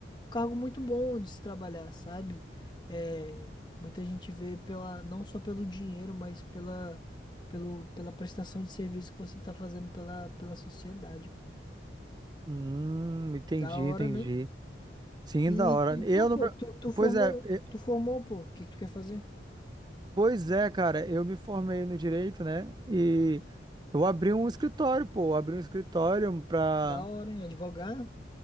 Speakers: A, on the left (about 25°); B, on the right (about 25°).
A: um cargo muito bom de se trabalhar, sabe? É, muita gente vê pela, não só pelo dinheiro, mas pela, pelo, pela prestação de serviço que você tá fazendo pela, pela sociedade, pô.
B: Hum, entendi,
A: Da hora,
B: entendi.
A: né?
B: Sim,
A: E,
B: da hora.
A: tu, e tu,
B: Eu
A: pô,
B: no
A: tu, tu formou,
B: Pois é, e-
A: tu formou, pô, o que que tu quer fazer?
B: pois é, cara, eu me formei no direito, né? E eu abri um escritório, pô, eu abri um escritório pra,
A: Da hora, hein? Advogar?